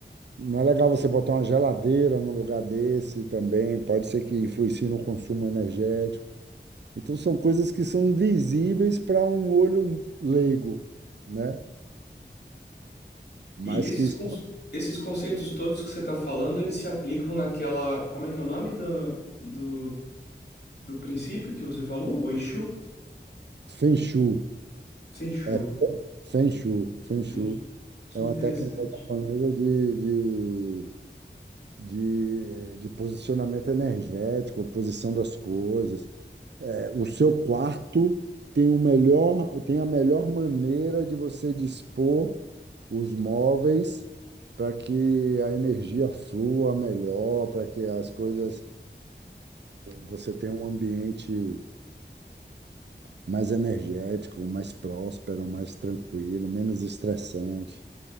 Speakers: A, on the right (about 65°); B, on the left (about 60°).
A: não é legal você botar uma geladeira num lugar desse também, pode ser que influencie no consumo energético. Então são coisas que são invisíveis para um olho leigo, né? Mas
B: E esses,
A: que
B: con-
A: são
B: esses conceitos todos que você está falando, eles se aplicam naquela. Como é que é o nome do, do do princípio que você falou? O Exu?
A: Feng Shui,
B: Senshu.
A: é Feng Shui, Feng
B: Gente,
A: Shui
B: que
A: é uma
B: interessante.
A: técnica japonesa de, de, de, de posicionamento energético, posição das coisas. É, o seu quarto tem o melhor, tem a melhor maneira de você dispor os móveis para que a energia flua melhor, para que as coisas Você tem um ambiente mais energético, mais próspero, mais tranquilo, menos estressante.